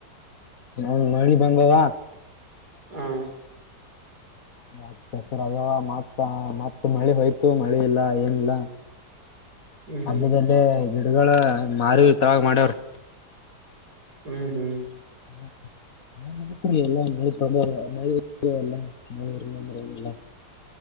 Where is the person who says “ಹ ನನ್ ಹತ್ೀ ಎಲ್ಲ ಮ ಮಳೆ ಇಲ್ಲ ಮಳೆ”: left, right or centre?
Left